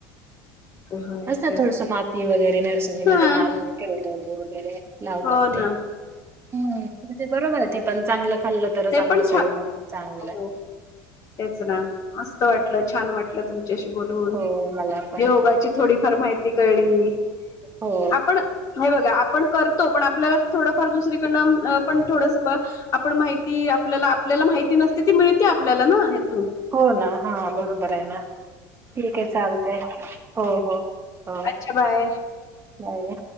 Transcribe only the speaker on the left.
होय
तेच
हा
हो ना
ते
पण छान
आहे.
हो
हो तेच ना मस्त वाटलं छान वाटलं तुमच्याशी... बोलून
योगाची थोडीफार माहिती कळली...
आपण हे बघा आपण करतो पण... आपल्याला थोडंफार दुसरीकडनं पण थोडस आपण मा... ती आपल्याला आपल्याला माहिती नसते ती मिळते आपल्याला ना...
अच्छा बाय